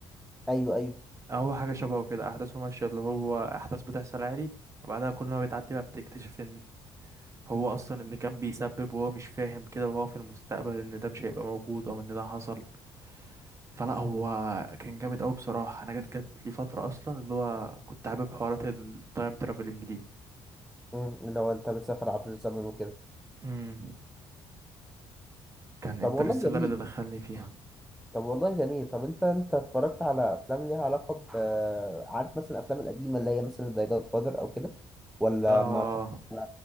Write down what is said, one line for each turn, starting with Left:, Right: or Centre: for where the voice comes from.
Centre: ايوه ايوه
Right: هو حاجة شبهه كده أحداثه ماشية اللي هو أحداث بتحصل عادي وبعدها كل ما بتعدي بقى بتكتشف إن هو أصلا اللي كان بيسبب وهو مش فاهم كده وهو في المستقبل إن ده مش هيبقى موجود أو إن ده حصل فلا هو كان جامد أوي بصراحة أنا جت جت لي فترة أصلا اللي هو كنت حابب حوارات التايم ترافلنج دي
Centre: مم، اللي هو انت بتسافر عبر الزمن وكده
Right: امم كان انترستيلر
Centre: طب والله جميل
Right: اللي دخلني فيها
Centre: طب والله جميل طب انت انت اتفرجت على افلام ليها علاقه ب عارف مثلا الافلام القديمه اللي هي مثلا زي جاد فاذر او كده ولا
Right: آه
Centre: ما اتفرجت على